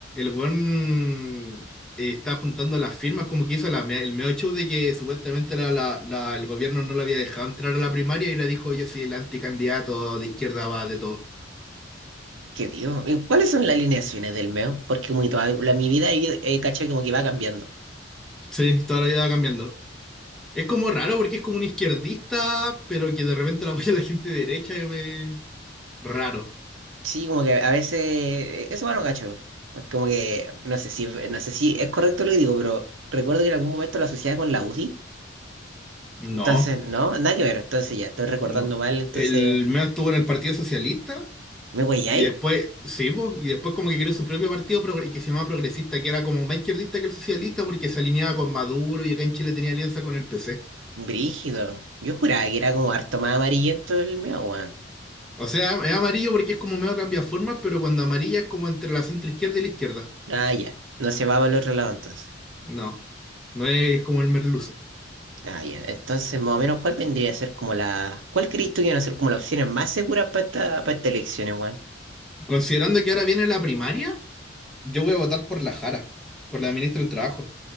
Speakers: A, in the centre; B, on the right.
A: buen está juntando las firmas, como que hizo la me- el medio show de que supuestamente la- la- la- el gobierno no lo había dejado entrar a la primaria y le dijo, yo soy el anticandidato de izquierda va de todo.
B: Qué dios. ¿Y cuáles son las alineaciones del meo? Porque como que toda la, mi vida he, he cachado como que va cambiando.
A: Sí, toda la vida va cambiando. Es como raro porque es como un izquierdista, pero que de repente la apoya <laughs> la gente de derecha. Es eh, Raro.
B: Sí, como que a veces, eh, eso bueno, cacho. Como que, no sé si, no sé si es correcto lo que digo, pero recuerdo que en algún momento lo asociaba con la UDI.
A: No,
B: Entonces, no, nada que ver. Entonces ya estoy recordando
A: no.
B: mal. Entonces,
A: El medio estuvo en el Partido Socialista
B: ¿me ahí?
A: Y después, sí, po, y después como que creó su propio partido progre- que se llamaba Progresista, que era como más izquierdista que el socialista porque se alineaba con Maduro y acá en Chile tenía alianza con el PC.
B: Brígido. Yo juraba que era como harto más amarillento el mío, weón.
A: O sea, es amarillo porque es como medio cambia formas, pero cuando amarilla es como entre la centro izquierda y la izquierda.
B: Ah, ya. No se va para el otro lado entonces.
A: No, no es como el merluzo.
B: Ah, ya. Entonces, más o menos, ¿cuál vendría a ser como la. ¿Cuál crees tú que van a ser como las opciones más seguras para esta, para estas elecciones, weón?
A: Considerando que ahora viene la primaria, yo voy a votar por la Jara, por la ministra del Trabajo.